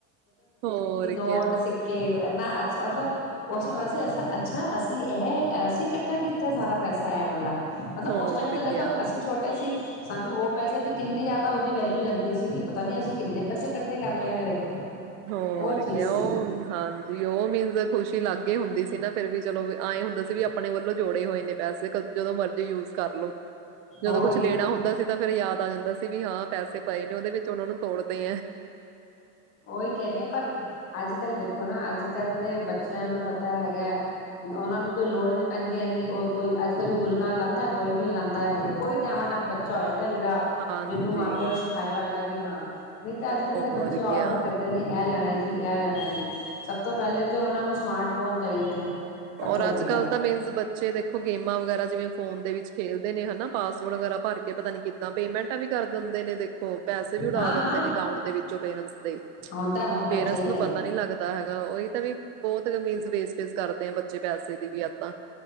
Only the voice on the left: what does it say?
ਓਲਡ
ਸਿੱਕੇ ਇਨਾ ਅੱਛਾ ਮਤਲਬ ਉਸ ਸਮੇ ਬਸ ਅੱਛਾ, ਅਸੀਂ ਇਹ ਅਸੀਂ ਇਕੱਠਾ ਕੀਤਾ ਸਾਰਾ ਪੈਸਾ ਇਹ ਵਾਲਾ। ਮਤਲਬ,
ਉਸ ਟਾਈਮ ਤੇ ਦੇਖੋ
ਅਸੀਂ ਛੋਟੇ ਸੀ। ਸਾਨੂੰ ਉਹ ਪੈਸੇ ਵੀ ਕਿੰਨੀ ਜ਼ਿਆਦਾ ਉਹਦੀ ਵੈਲਿਊ ਲੱਗਦੀ ਸੀਗੀ। ਪਤਾ ਨੀ, ਅਸੀਂ ਕਿੰਨੇ ਪੈਸੇ ਇਕੱਠੇ ਕਰ ਲਏ ਨੇ ਦੇਖੋ।
ਉਹ ਚੀਜ਼
ਸੀ
ਉਹੀ
ਨਾ
ਉਹੀ ਕਹਿ ਰਹੀਆਂ ਪਰ ਅੱਜ-ਕੱਲ ਦੇਖੋ ਨਾ ਅੱਜ-ਕੱਲ ਤੇ ਬੱਚਿਆਂ ਨੂੰ ਪਤਾ ਹੈਗਾ ਉਹਨਾਂ ਨੂੰ ਕੋਈ ਲੋੜ ਹੀ ਨਹੀ ਪੈਂਦੀ ਇੰਨੀ, ਉਹ ਕੋਈ ਅੱਜ-ਕੱਲ ਕੋਈ ਗੁਲਕਾਂ ਲਾਉਦਾ ਕੋਈ ਵੀ ਲਾਉਦਾ ਹੈਗਾ, ਕੋਈ ਟਾਵਾਂ-ਟਾਵਾ ਬੱਚਾ ਹੋਏਗਾ। ਯਾ ਜਿਹੜਾ
ਜਿਹਨੂੰ ਮਾਂ- ਪਿਓ ਨੇ ਸਿਖਾਇਆ ਹੋਏਗਾ ਕਿ ਹਾਂ ਨਹੀਂ ਤਾਂ ਅੱਜ-ਕੱਲ
ਤਾਂ ਬੱਚੇ ਔਡਰ
ਕਰਦੇ ਨੇ ਐਲ ਲੈਣਾ ਜੀ, ਇਹ ਲੈਣਾ ਜੀ, ਸਭ ਤੋਂ ਪਹਿਲੇ ਤੇ ਉਹਨਾਂ ਨੂੰ ਸਮਾਰਟ ਫੋਨ ਚਾਹੀਦੇ ਨੇ। ਸਭ
ਤੋਂ ਵੱਡੀ
ਗੱਲ
ਹਾਂ ਹਾਂ
ਹੁੰਦਾ ਹੁੰਦਾ
ਸਹੀ ਕਹਿ
ਰਹੇ